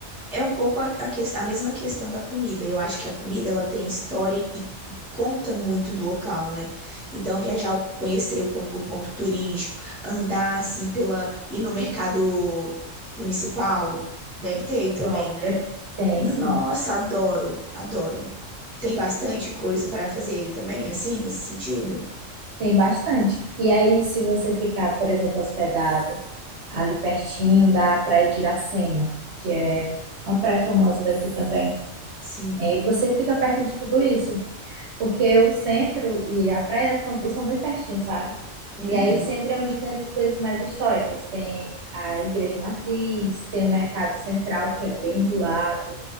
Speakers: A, in the centre; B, on the right (about 65°).
A: É um pouco a, a que- a mesma questão da comida. Eu acho que a comida ela tem história e, e conta muito do local, né? Então viajar, o- conhecer o, con- o ponto turístico, andar assim pela, ir no mercado municipal, deve ter aí também,
B: Pronto,
A: né?
B: per- tem
A: Nossa,
B: sim,
A: adoro, adoro. Tem bastante coisa para fazer aí também, assim, nesse sentido?
B: tem bastante. E aí, se você ficar, por exemplo, hospedado ali pertinho da Praia de Iracema, que é uma praia famosa daqui também,
A: Sim.
B: é, você fica perto de tudo isso, porque o centro e a praia são, são bem pertinhos, sabe?
A: Uhum.
B: E aí o centro é onde tem essas coisas mais históricas, tem a Igreja Matriz, tem o Mercado Central, que é bem do lado,